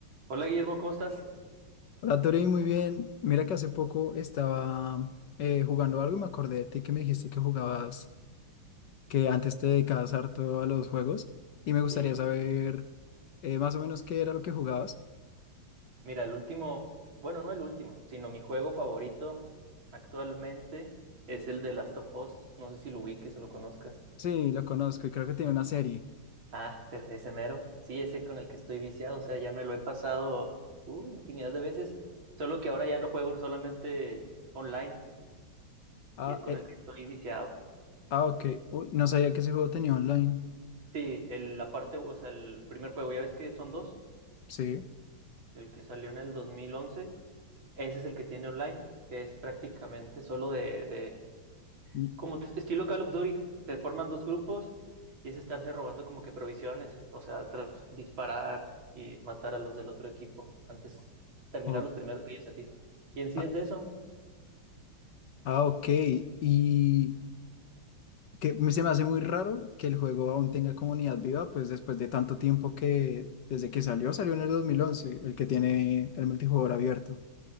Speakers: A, on the right; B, on the left.
A: Hola Guillermo, ¿cómo estás?
B: Hola, Tori, muy bien. Mira que hace poco estaba eh, jugando algo y me acordé de ti que me dijiste que jugabas, que antes te dedicabas harto a los juegos y me gustaría
A: Sí,
B: saber eh, más o menos qué era lo que jugabas.
A: mira, el último, bueno, no el último, sino mi juego favorito actualmente es el de Last of Us. No sé si lo ubiques o lo conozcas.
B: Sí, lo conozco y creo que tiene una serie.
A: Ah, pero ese mero. Sí, ese con el que estoy viciado, o sea, ya me lo he pasado uh, infinidad de veces, solo que ahora ya lo juego solamente online
B: Ah,
A: y es con
B: eh,
A: el que estoy viciado.
B: ah, ok. Uy, no sabía que ese juego tenía online.
A: Sí, el, la parte, o sea, el primer juego, ya ves que son dos,
B: Sí.
A: el que salió en el 2011, ese es el que tiene online, que es prácticamente solo de, de
B: Y-
A: como t- estilo Call of Duty, te forman dos grupos y es estarse robando como que provisiones, es- o sea, tras- disparar y matar a los del otro equipo antes terminar
B: o-
A: los primeros que ellos a ti. Y en sí
B: ah,
A: es de eso.
B: ah, ok. ¿Y, que me- se me hace muy raro que el juego aún tenga comunidad viva, pues después de tanto tiempo que desde que salió, salió en el 2011 el que tiene el multijugador abierto.